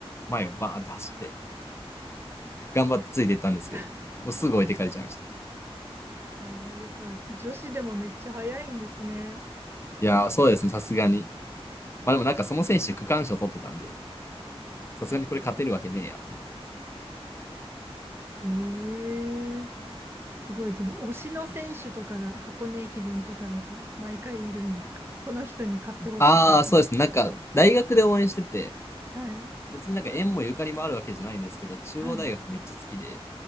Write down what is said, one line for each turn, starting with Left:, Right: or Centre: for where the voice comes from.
Left: 前をバーって走って、頑張ってついていったんですけど、
Right: <laughs>
Left: もうすぐ置いてかれちゃいました。
Right: あー、やっぱ女子でもめっちゃ早いんですね。
Left: いやー、そうですね、さすがに。まあでもなんかその選手区間賞取ってたんで、
Right: <laughs>
Left: さすがにこれ勝てるわけねえやと思って。
Right: ええーすごい。じゃあ、推しの選手とかが箱根駅伝とかだと毎回いるんですかこの人に買ってほしいみたいな。
Left: ああ、そうですね、なんか大学で応援してて、
Right: はい。
Left: 別になんか縁もゆかりもあるわけじゃないんですけど、中央大学めっちゃ好きで、
Right: は